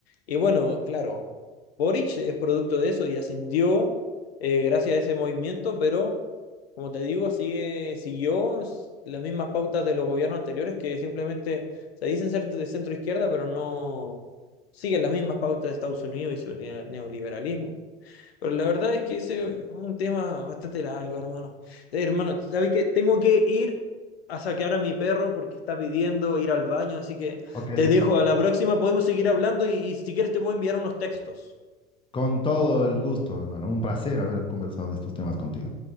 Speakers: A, on the left; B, on the left.
A: Y bueno, claro, Boric es producto de eso y ascendió eh, gracias a ese movimiento, pero como te digo, sigue, siguió s- las mismas pautas de los gobiernos anteriores que simplemente se dicen ser de centro izquierda, pero no siguen las mismas pautas de Estados Unidos y su neo- neoliberalismo. Pero la verdad es que ese es un tema bastante largo, hermano. Eh, hermano, ¿sabes qué? Tengo que ir a sacar a mi perro porque está pidiendo ir al baño, así que
B: Ok,
A: te dejo. A la próxima podemos seguir hablando y, y si quieres te puedo enviar unos textos.
B: con todo el gusto, hermano. Un placer haber conversado de estos temas contigo.